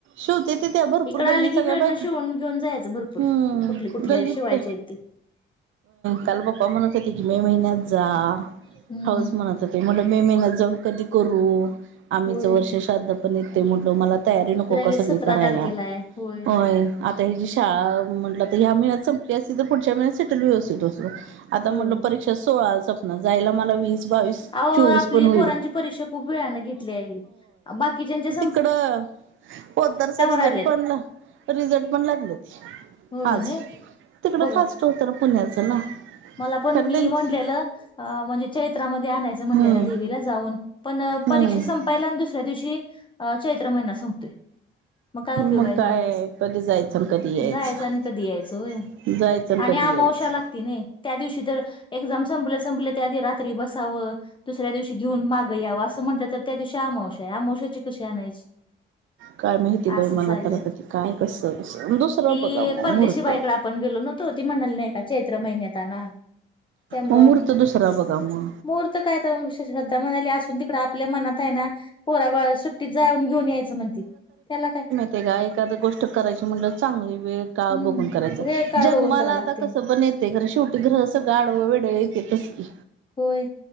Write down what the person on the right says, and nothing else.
शिवते ते त्या भरपूर
गलली
सगळ्या
बायका.
हम्म
गल्लीत
काल पप्पा म्हणत होते की, मे महिन्यात जा
हाळुच म्हणत ते म्हटलं मे महिन्यात जाऊन कधी करू आमितच
वर्ष श्राद्ध पण येते म्हटलं मला तयारी नको
का सगळी
करायला.
अ आता ह्या जी शाळा म्हटली तर ह्या महिन्यात संपली असती तर पुढच्या महिन्यात सेटल व्यवस तो आता
म्हटल परीक्षा सोळा संपणार जायला मला वीस, बावीस
चोवीस
पण होईल
इकडं पोदरचा <unintelligible>
रिझल्ट पण लागले
आज
तिकडं
फास्ट होतं ना पुण्याचं ना,
खरं
त्यांची
हम्म
हम्म
मग
काय? कधी जायचं, कधी यायचं.
जायचं आणि कधी
यायचं,
काय माहिती बाई
मला
तरका क काय कसं कसं दुसरं
बघा मग
मुहूर्त
्मुहुर्त दुसरा बघा म
ते काय एखादी गोष्ट करायची म्हणलं की, चांगली वेळ काळ
बघून करायचं.
जन्मला
आता
कसं पण येते खर शेवट हे रोज आडव-बिडव तेच की,